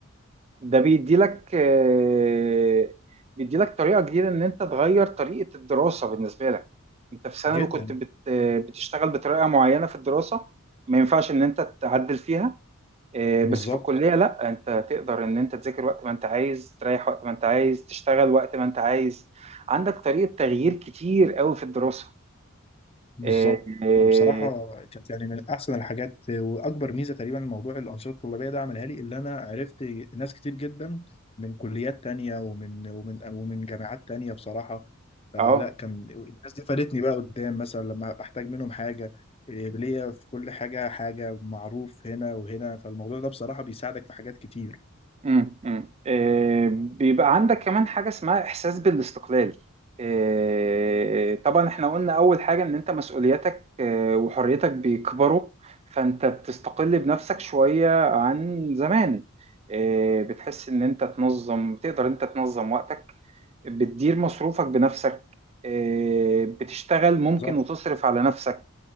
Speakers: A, on the right; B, on the left.
A: ده بيديلك آه، بيديلك طريقة جديدة إن أنت تغير طريقة الدراسة بالنسبة لك أنت في ثانوي
B: جدا
A: كنت بت بتشتغل بطريقة معينة في الدراسة ما ينفعش إن أنت تعدل فيها آه،
B: بالظبط
A: بس في الكلية لأ أنت تقدر إن أنت تذاكر وقت ما أنت عايز تريح وقت ما أنت عايز تشتغل وقت ما أنت عايز عندك طريقة تغيير كتير قوي في الدراسة
B: بالظبط
A: آه، آه
B: وبصراحة كانت يعني من أحسن الحاجات وأكبر ميزة تقريبا موضوع الأنشطة الطلابية ده عملها لي اللي أنا عرفت ناس كتير جدا من كليات تانية ومن ومن ومن جامعات تانية بصراحة فلا
A: آه.
B: كان الناس دي فادتني بقى قدام مثلا لما بحتاج منهم حاجة إيه، ليا في كل حاجة حاجة معروف هنا وهنا فالموضوع ده بصراحة بيساعدك في حاجات كتير
A: امم امم آه، بيبقى عندك كمان حاجة اسمها إحساس بالاستقلال آه، طبعا احنا قلنا أول حاجة إن أنت مسؤولياتك آه، وحريتك بيكبروا فأنت بتستقل بنفسك شوية عن زمان آه، بتحس إن أنت تنظم بتقدر أنت تنظم وقتك بتدير مصروفك بنفسك آه، بتشتغل ممكن
B: بالظبط
A: وتصرف على نفسك